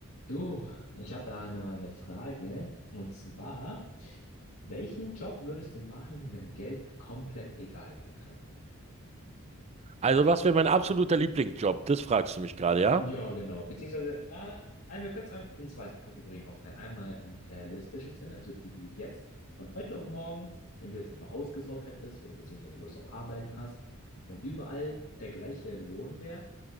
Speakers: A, on the left (about 70°); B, on the right (about 30°).
A: Du, ich habe da eine- mal eine Frage. Und zwar, welchen Job würdest du machen, wenn Geld komplett egal wäre?
B: Also, was wäre mein absoluter Lieblingsjob? Das fragst du mich gerade, ja?
A: Ja, genau. Beziehungsweise, äh, einmal könnt's einem in zwei Kategorien aufteilen. Einmal in realistischen Sinne, also die du jetzt von heute auf morgen, wenn du jetzt einfach ausgesorgt hättest oder beziehungsweise Lust auf Arbeiten hast und überall der gleiche Lohn wäre,